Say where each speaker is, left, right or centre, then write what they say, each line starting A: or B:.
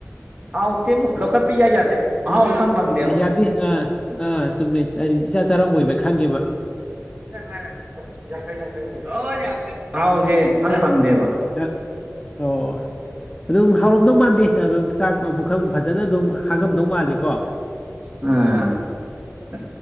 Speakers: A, on the right (about 30°); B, on the left (about 20°).
A: ꯍꯥꯎꯇꯦꯗ ꯂꯧꯈꯠ ꯄ ꯏꯌꯥ ꯌꯥꯗꯦ ꯃꯍꯥꯎ
B: ꯎꯝ
A: ꯏꯐꯪ ꯐꯪꯗꯦꯕ
B: ꯌꯥꯗꯦ ꯑꯥ ꯑꯥ ꯆꯨꯝꯃꯤ ꯍꯥꯏꯗꯤ ꯏꯆꯥ ꯆꯥꯔꯝꯃꯣꯏꯕ ꯈꯪꯉꯦꯕ
A: <unintelligible> ꯃꯍꯥꯎꯁꯦ ꯏꯐꯪ ꯐꯪꯗꯦꯕ
B: <unintelligible> ꯑꯣ ꯑꯗꯨꯝ ꯍꯥꯎꯔꯝꯗꯧ ꯃꯥꯥꯟꯗꯦ ꯑꯗꯨꯝ ꯆꯥꯛ ꯄꯨꯈꯝ ꯐꯖꯅ ꯑꯗꯨꯝ ꯍꯥꯡꯉꯝꯗꯧ ꯃꯥꯜꯂꯤꯀꯣ
A: ꯎꯝ ꯑ